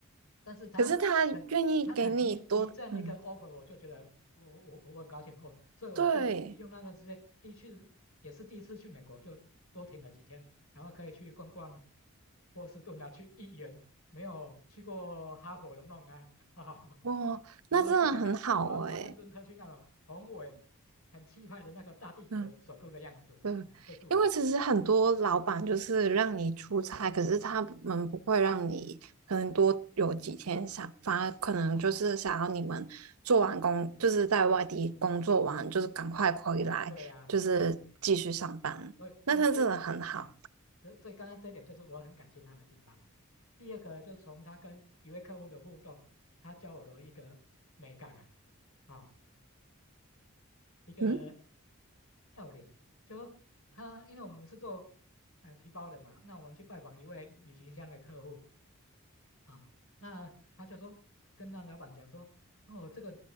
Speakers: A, on the left; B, on the right.
A: 但是他肯他肯提提这样的一个
B: 可是他愿意给你多，嗯，
A: offer，我就觉得我我我我很高兴哦，所以我就利用那段时间，
B: 对，
A: 第一次也是第一次去美国，就多停了几天，然后可以去逛逛波士顿啊，去一圆没有去过哈佛的梦啊，<laughs>
B: 哇，
A: 然后去看看华华盛顿特区那种宏伟、
B: 那真的很好诶，
A: 很气派的那个大帝国首都的样子。
B: 嗯。嗯，
A: 哎，这是我，
B: 因为其实很多老板就是让你出差，
A: 嗯
B: 可是他们不会让你可能多有几天想，
A: 嗯，
B: 反而可能就是想要你们做完工，就是在外地工作完，就是赶快回来，
A: 对呀、
B: 就是继续上班。
A: 嗯，嗯，所以所以这，
B: 那他真的很好，
A: 哎，所以所以刚刚这一点就是我很感谢他的地方。第二个就是从他跟一位客户的互动，他教我了一个美感啊，啊、一个
B: 嗯
A: 要领，就说他因为我们是做嗯、呃皮包的嘛，那我们去拜访一位旅行箱的客户。啊，那他就说跟那老板讲说，哦，这个，